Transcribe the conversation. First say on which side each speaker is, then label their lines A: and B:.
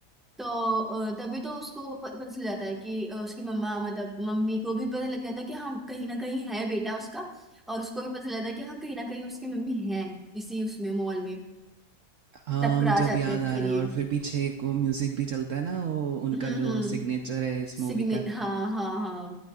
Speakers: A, in the centre; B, on the right.
A: तो अ, तभी तो उसको प- पता चल जाता है कि अ, उसकी मम्मा मतलब मम्मी को भी पता लग जाता है कि हाँ कहीं ना कहीं है बेटा उसका और उसको भी पता चल जाता है कि हाँ कहीं ना कहीं उसकी मम्मी है इसी उसमें मॉल में
B: हाँ
A: टकरा
B: मुझे अब
A: जाते
B: याद
A: हैं
B: आ
A: फिर
B: रहा
A: ये
B: है और फिर पीछे एक वो म्यूजिक भी चलता है ना वो उनका
A: हम्म
B: जो
A: हम्म
B: सिग्नेचर है इस
A: सिग्ने
B: मूवी का
A: हाँ हाँ हाँ